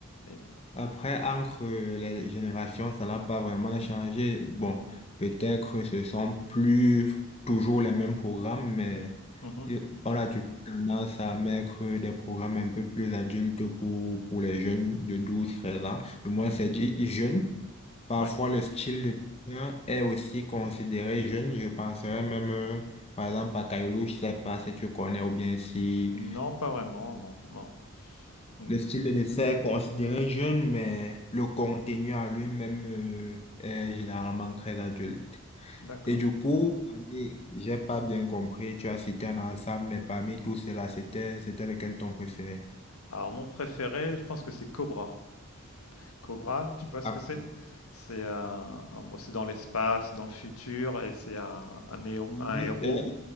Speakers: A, on the left; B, on the left.
A: Et,
B: après, entre les générations, ça n'a pas vraiment changé. Bon, peut-être ce sont plus toujours les mêmes programmes, mais
A: euh, mhm,
B: on a toujours tendance à mettre des programmes un peu plus adultes pour, pour les jeunes de douze treize ans. Du moins,
A: ouais,
B: c'est dit jeunes. Parfois,
A: ouais.
B: le style de dessin est aussi considéré jeune. Je penserais même, euh, par exemple, à Kailou, je sais pas si tu connais ou bien si
A: Non, pas vraiment, non, non. Mm,
B: le style
A: mm,
B: de dessin est considéré jeune, mais le contenu à lui-même, euh, est généralement très adulte.
A: D'accord.
B: Et du coup, parmi- j'ai pas bien compris, tu as cité un ensemble, mais parmi tous ceux-là, c'était, c'était lequel ton préféré?
A: Alors, mon préféré, je pense que c'est Cobra. Cobra, tu vois ce
B: Ah,
A: que c'est? C'est un- bon, c'est dans l'espace, dans le futur, et c'est un, un héros,
B: oui,
A: un héros
B: euh,